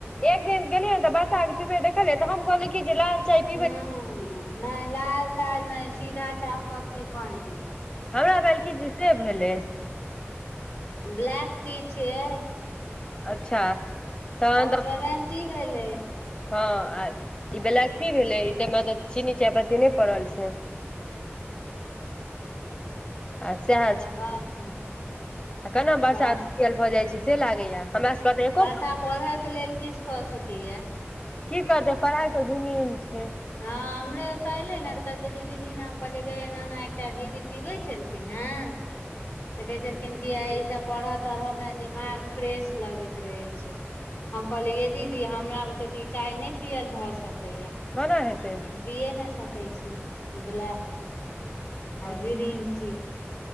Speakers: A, on the left; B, on the left.
A: एक दिन गेलिय हँ तऽ बर्षा पिबे देखले तऽ हम कहलै कि जे लाल चाय पीबै
B: नय नय लाल ताल नय सीधा चाह पत्ती पान
A: हमरा भेल की जे से भेलै
B: ब्लैक टी छियै,
A: अच्छा। तहन
B: आ ओ
A: तऽ
B: लेमन टी भेलै,
A: हँ आ ई ब्लैक टी भेलै ई मे तॅं चीनी चायपत्ती नहि पड़ल छै। आ सएह
B: सैह
A: छै
B: बात छै।
A: आ केना वर्षाके
B: सएह
A: पियल भऽ जाइ छै से लागैए हमरा सबके तऽ एको
B: वर्षा पढ़यके लेल किछु कऽ सकैया
A: की करतै पढ़ाइके जुनून छै।
B: हँ हमरे ओतऽ एले न तॅं कहलकै दीदी नेने आउ तॅं हम कहलियै गैय एकटा दीदी पिबै छल खिनहेॅं। से कहै छलखिन कि ई सभ पढ़य-तढ़यमे दिमाग फ्रेश लगैत रहै छै हम कहलियै यै दीदी हमरा बुते तॅं ई चाय नहि पियल भऽ सकैए
A: कोना हेतै?
B: पीये नहि सकै छी ब्लैक-टी
A: हँ
B: आ ग्रीन-टी